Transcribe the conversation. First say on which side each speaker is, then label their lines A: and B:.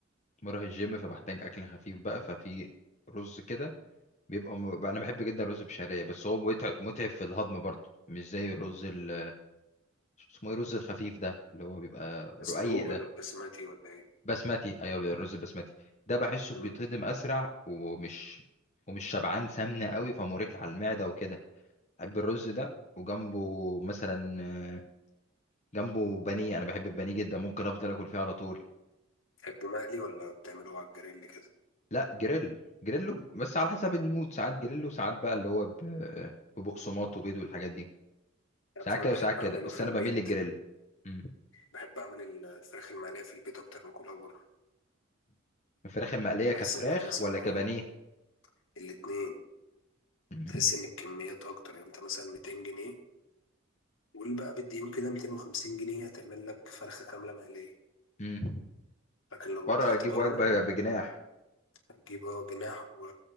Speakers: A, on the left (about 35°); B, on the left (about 70°).
A: بروح الجيم فبحتاج اكل خفيف بقى ففي رز كده بيبقى م... بقى انا بحب جدا الرز بشعريه بس هو متعب متعب في الهضم برضه مش زي الرز ال... اسمه ايه الرز الخفيف ده اللي هو بيبقى رقيق
B: مسلوق
A: ده
B: ولا بسمتي ولا إيه؟
A: بسمتي ايوه الرز البسمتي ده بحسه
B: مم.
A: بيتهضم اسرع ومش ومش شبعان سمنه قوي فمريح على المعده وكده بحب الرز ده وجنبه مثلا آه، جنبه بانيه انا بحب البانيه جدا ممكن افضل اكل فيه على طول
B: تحبه مقلي ولا بتعمله على الجريل كده؟
A: لا جريل جريلو بس على حسب المود ساعات جريلو ساعات بقى اللي هو ب- ببقسماط وبيض والحاجات دي ساعات
B: عشان أنا
A: كده
B: بحب
A: وساعات كده
B: أعمله
A: بس
B: في
A: انا
B: البيت
A: بميل للجريل مم.
B: بحب أعمل الفراخ المقلية في البيت أكتر من كلها بره
A: الفراخ المقليه كفراخ
B: بحس إن أنا مثلا
A: ولا كبانيه
B: آه الاتنين
A: مم.
B: تحس ان الكميات اكتر يعني انت مثلا 200 جنيه قول بقى بالديون كده 250 جنيه هتعمل لك فرخه كامله مقليه
A: مم.
B: لكن لو
A: بره
B: طلعت
A: اجيب
B: بره
A: وجبه بجناح
B: هتجيب اه جناح و...